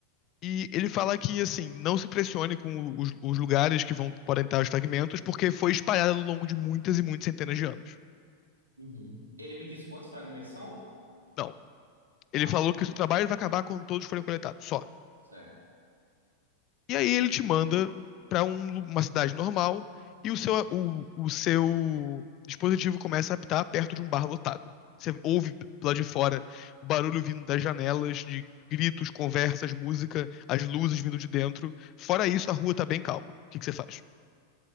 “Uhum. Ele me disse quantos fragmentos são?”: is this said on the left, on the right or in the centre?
Right